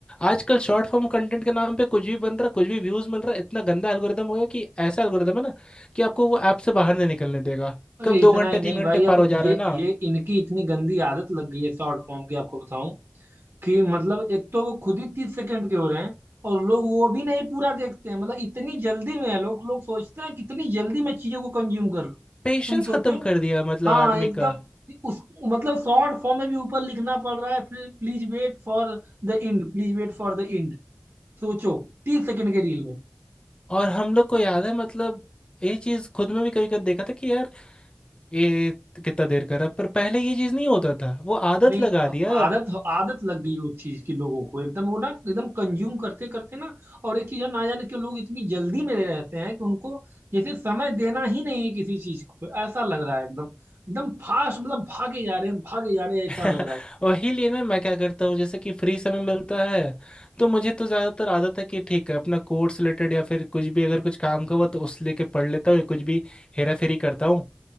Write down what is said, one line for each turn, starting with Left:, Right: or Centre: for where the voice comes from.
Left: आजकल शॉर्ट फॉर्म कंटेंट के नाम पे कुछ भी बन रहा कुछ भी व्यूज मिल रहा इतना गंदा एल्गोरिदम हो गया कि ऐसा एल्गोरिदम है ना कि आपको वो ऐप से बाहर नहीं निकलने देगा
Right: अरे
Left: कब दो
Right: इतना
Left: घंटे
Right: ही नहीं
Left: तीन
Right: भाई
Left: घंटे
Right: अब
Left: पार हो जा
Right: ये
Left: रहा है ना
Right: ये इनकी इतनी गंदी आदत लग गई है शॉर्ट फॉर्म की आपको बताऊं कि मतलब एक तो वो खुद ही तीस सेकंड के हो रहे हैं और लोग वो भी नहीं पूरा देखते हैं मतलब इतनी जल्दी में है लोग लोग सोचते हैं कितनी जल्दी मैं चीजों को कंज्यूम कर लूं
Left: पेशेंस
Right: तुम सोचो
Left: खत्म कर दिया मतलब
Right: हाँ
Left: आदमी
Right: एकदम
Left: का
Right: उस मतलब शॉर्ट फॉर्म में भी ऊपर लिखना पड़ रहा है please wait for the end please wait for the end सोचो तीस सेकंड के रील में
Left: और हम लोग को याद है मतलब ये चीज खुद में भी कभी कभी देखा था कि यार ये कितना देर कर रहा है। पर पहले ये चीज नहीं होता था वो आदत
Right: नहीं
Left: लगा
Right: अब
Left: दिया अब
Right: आदत आदत लग गई उस चीज की लोगों को एकदम वो ना एकदम कंज्यूम करते करते ना और एक चीज है ना जाने क्यों लोग इतनी जल्दी में रहते हैं कि उनको जैसे समय देना ही नहीं है किसी चीज को ऐसा लग रहा है एकदम एकदम फास्ट मतलब भागे जा रहे हैं भागे जा रहे हैं ऐसा
Left: <laughs>
Right: लग रहा है
Left: वही लिए ना मैं क्या करता हूँ जैसे कि फ्री समय मिलता है तो मुझे तो ज्यादातर आदत है कि ठीक है अपना कोर्स रिलेटेड या फिर कुछ भी अगर कुछ काम का हुआ तो उस लेके पढ़ लेता हूँ या कुछ भी हेरा फेरी करता हूँ